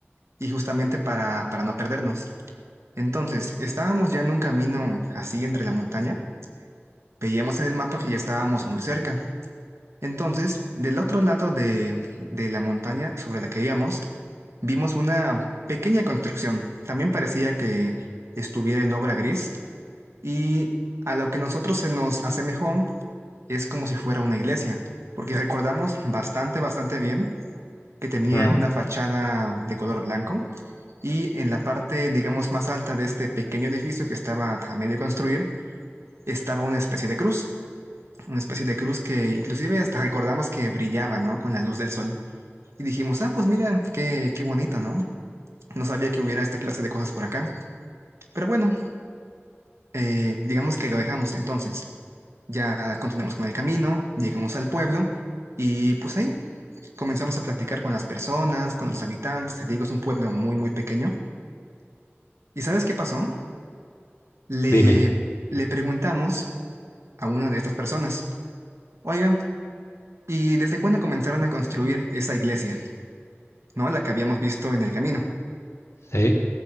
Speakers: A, on the right (about 80°); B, on the left (about 80°).
A: y justamente para, para no perdernos. Entonces, estábamos ya en un camino así entre la montaña, veíamos en el mapa que ya estábamos muy cerca. Entonces, del otro lado de, de la montaña sobre la que íbamos, vimos una pequeña construcción. También parecía que estuviera en obra gris y a lo que nosotros se nos asemejó es como si fuera una iglesia, porque recordamos bastante, bastante bien que tenía
B: Ujú.
A: una fachada de color blanco y en la parte, digamos, más alta de este pequeño edificio que estaba a medio construir, estaba una especie de cruz, una especie de cruz que inclusive hasta recordamos que brillaba, ¿no? Con la luz del sol. Y dijimos, ah, pues mira, qué, qué bonito, ¿no? No sabía que hubiera esta clase de cosas por acá. Pero bueno, eh, digamos que lo dejamos entonces. Ya continuamos con el camino, llegamos al pueblo y pues ahí comenzamos a platicar con las personas, con los habitantes. Te digo, es un pueblo muy, muy pequeño. ¿Y sabes qué pasó? Le,
B: Dime.
A: le preguntamos a una de estas personas, oigan, ¿y desde cuándo comenzaron a construir esa iglesia? ¿No? La que habíamos visto en el camino.
B: Sí.